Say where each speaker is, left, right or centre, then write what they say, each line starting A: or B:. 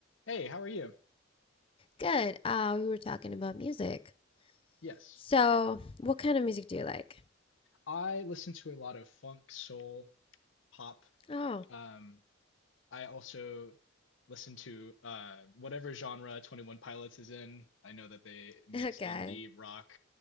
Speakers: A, on the left; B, on the left.
A: Hey, how are you?
B: Good. Uh, we were talking about music.
A: Yes.
B: So, what kind of music do you like?
A: I listen to a lot of funk, soul, pop.
B: Oh,
A: Um, I also listen to uh, whatever genre 21 Pilots is in. I know that they mix
B: <laughs> okay.
A: indie, rock,